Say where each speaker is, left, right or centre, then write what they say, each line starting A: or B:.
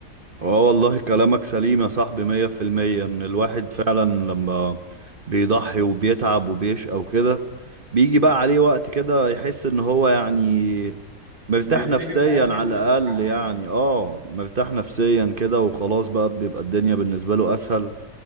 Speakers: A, on the right; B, on the right.
A: اه والله كلامك سليم يا صاحبي مية في المية ان الواحد فعلا لما بيضحي وبيتعب وبيشقى وكده بيجي بقى عليه وقت كده يحس ان هو يعني مرتاح
B: بيفتكر
A: نفسيا
B: الأيام دي
A: على
B: وبيضحك
A: الاقل
B: عليها
A: يعني
B: بقى
A: اه مرتاح نفسيا كده وخلاص بقى بيبقى الدنيا بالنسبة له اسهل